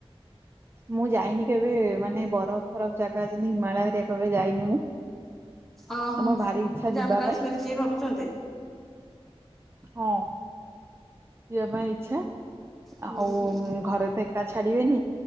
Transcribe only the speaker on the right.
ମୁଁ ଯାଇନି କେବେ ମାନେ ବରଫ ଫରଫ ଜାଗା ଯେମତି ହିମାଳୟ ଏରିଆ କେବେ ଯାଇନି ମୁଁ। <inaudible>
ମୋ ଭାରି ଇଚ୍ଛା ଯିବା
ପାଇଁ
ହଁ। ଯିବା ପାଇଁ ଇଚ୍ଛା।
ଆଉ
ଘରେ ତ ଏକା ଛାଡ଼ିବେନି